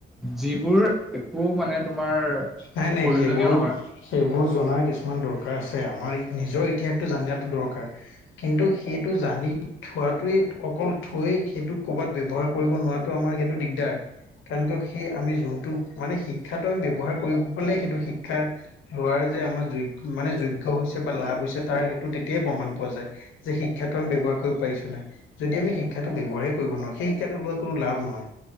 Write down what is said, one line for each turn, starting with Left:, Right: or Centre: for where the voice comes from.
Centre: যিবোৰ একো মানে তোমাৰ।
Left: নাই নাই
Centre: প্ৰয়োজনীয়
Left: সেইবোৰো
Centre: নহয়
Left: সেইবোৰ জনাৰ কিছুমান দৰকাৰ আছে আমাৰ নিজৰ ইতিহাস। জানা টো দ দৰকাৰ। কিন্তু সেইটো জানি থোৱাটোৱেই অকল থৈ সেইটো ক'ৰবাত ব্যৱহাৰ কৰিব নোৱাৰাত। টো আমাৰ সেইটো দিগদাৰ কাৰণ কিয় সেই আমি যোনটো মানে শিক্ষাটো আমি ব্যৱহাৰ কৰিব। হ'লে সেইটো শিক্ষা লোৱাৰ যে আমাৰ যোগ মানে যোগ্য হৈছে বা লাভ হৈছে। তাৰ সেইটো তেতিয়াই প্ৰমাণ পোৱা যায় যে শিক্ষাটো আমি ব্যৱহাৰ কৰিব পাৰিছো নাই। যদি আমি শিক্ষাটো ব্যৱহাৰেই কৰিব নোৱাৰো সেই শিক্ষাটো লোৱাৰ কোনো লাভ নহয়